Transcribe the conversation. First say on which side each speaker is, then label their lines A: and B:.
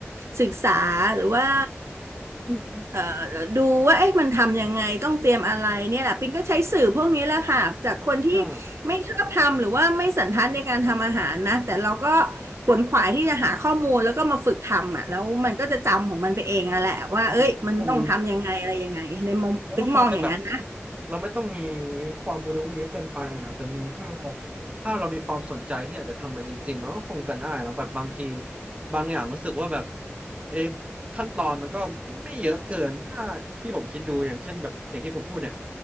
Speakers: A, on the right (about 75°); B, on the right (about 25°).
A: ศึกษาหรือว่า
B: อืมอืม
A: เอ่อดูว่าเอ๊ะมันทำยังไงต้องเตรียมอะไรเนี่ยแหละปิงก็ใช้สื่อพวกนี้แหละค่ะจากคนที่
B: ใช่
A: ไม่ชอบทำหรือว่าไม่สันทัดในการทำอาหารนะแต่เราก็ขวนขวายที่จะหาข้อมูลแล้วก็มาฝึกทำอ่ะแล้วมันก็จะจำของมันไปเองอะแหละว่าเอ้ยมันต้องทำยังไงอะไรยังไงในมุมปิงมองอย่างนั้นนะ
B: มันก็คง แล้วก็คงจะแบบเราไม่ต้องมีความรู้เยอะเกินไปอ่ะแต่มีแค่ถ้าเรามีความสนใจที่อยากจะทำมันจริงๆมันก็คงจะง่ายเนาะแบบบางทีบางอย่างรู้สึกว่าแบบเอะขั้นตอนมันก็ไม่เยอะเกินถ้าที่ผมคิดดูอย่างเช่นแบบอย่างที่ผมพูดเนี่ย